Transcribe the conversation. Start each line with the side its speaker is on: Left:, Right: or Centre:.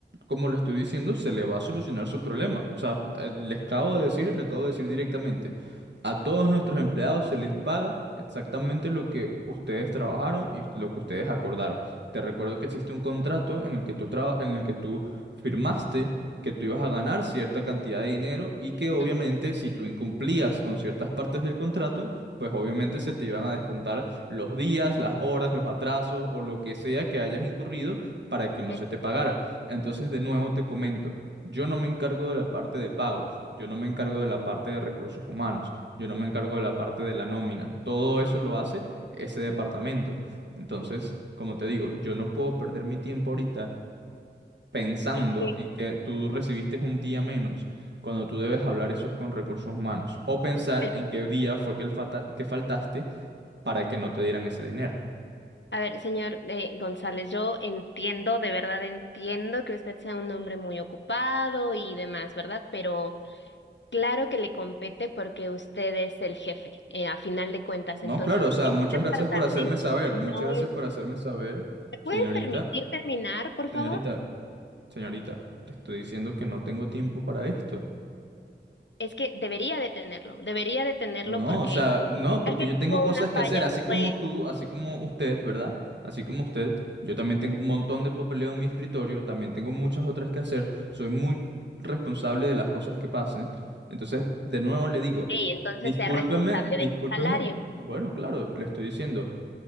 Right: como le estoy diciendo, se le va a solucionar su problema. O sea, eh, les acabo de decir, le acabo de decir directamente, a todos nuestros empleados se les paga exactamente lo que ustedes trabajaron y lo que ustedes acordaron. Te recuerdo que existe un contrato en el que tú traba- en el que tú firmaste que tú ibas a ganar cierta cantidad de dinero y que obviamente
Left: Mm.
Right: si tú incumplías con ciertas partes del contrato, pues obviamente se te iban a descontar los días, las horas, los atrasos o lo que sea que hayas incurrido para que no
Left: Eh,
Right: se te pagara.
Left: vale,
Right: Entonces, de nuevo te comento, yo no me encargo de la parte de pagos, yo no me encargo de la parte de recursos humanos, yo no me encargo de la parte de la nómina. Todo eso lo hace ese departamento. Entonces, como te digo, yo no puedo perder mi tiempo ahorita pensando
Left: es que-
Right: en que tú recibiste un día menos cuando tú debes hablar eso es con recursos humanos. O pensar
Left: pero-
Right: en qué día fue que, el fata- que faltaste para que no te dieran ese dinero.
Left: A ver, señor eh, González, yo entiendo, de verdad entiendo que usted sea un hombre muy ocupado y demás, ¿verdad? Pero... Claro que le compete porque usted es el jefe, eh, a final de cuentas.
Right: No,
Left: Entonces,
Right: claro, o sea,
Left: si
Right: muchas
Left: un departamento
Right: gracias por hacerme saber,
Left: no
Right: muchas gracias
Left: es...
Right: por hacerme saber,
Left: ¿Me
Right: señorita,
Left: puede permitir terminar, por favor?
Right: señorita, señorita, le estoy diciendo que no tengo tiempo para esto.
Left: Es que debería de tenerlo, debería de tenerlo
Right: No,
Left: porque
Right: o sea, no, porque
Left: alguien
Right: yo tengo
Left: tuvo
Right: cosas
Left: una
Right: que
Left: falla,
Right: hacer, así como
Left: fue,
Right: tú, así como usted, ¿verdad? Así como usted, yo también tengo un montón de papeleo en mi escritorio, también tengo muchas otras que hacer, soy muy responsable de las cosas que pasen. Entonces, de nuevo le digo,
Left: "Ey, entonces
Right: discúlpeme,
Left: sea responsable
Right: discúlpeme.
Left: de mi salario.
Right: Bueno, claro, le estoy diciendo.